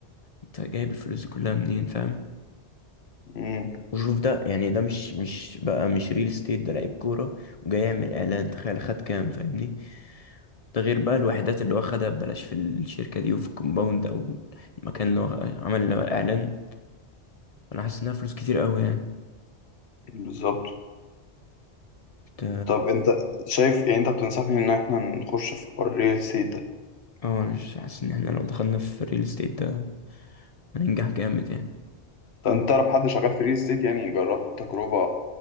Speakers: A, on the left (about 40°); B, on the left (about 70°).
A: انت جايب الفلوس دي كلها منين فاهم
B: أمم،
A: وشوف ده يعني ده مش مش بقى مش ريل استيت ده لعيب كورة وجاي يعمل اعلان تخيل خد كام فاهمني ده غير بقى الوحدات اللي هو خدها ببلاش في الشركة دي وفي الكومباوند أو المكان اللي هو عمل له إعلان أنا حاسس إنها فلوس كتير أوي يعني
B: بالظبط
A: ت-
B: طب أنت شايف يعني أنت بتنصحني إن إحنا نخش في حوار الريل استيت ده
A: اه أنا مش حاسس إن إحنا لو دخلنا في الريل استيت ده هننجح جامد يعني
B: طب أنت تعرف حد شغال في الريل استيت يعني جربت تجربة